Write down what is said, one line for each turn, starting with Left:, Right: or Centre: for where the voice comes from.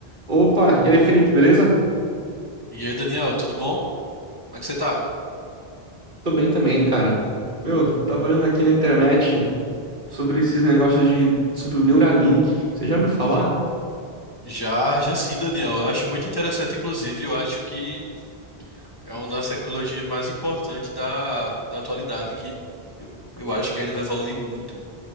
Right: Opa, e aí, Felipe, beleza?
Left: E aí, Daniel, tudo bom? Como é que você tá?
Right: Tô bem também, cara. Meu, tava olhando aqui na internet sobre esses negócios de, sobre o Neuralink. Você já ouviu falar?
Left: Já, já sim, Daniel. Eu acho muito interessante, inclusive, eu acho que é uma das tecnologias mais importantes da, da atualidade, que eu, eu acho que ainda vai evoluir muito.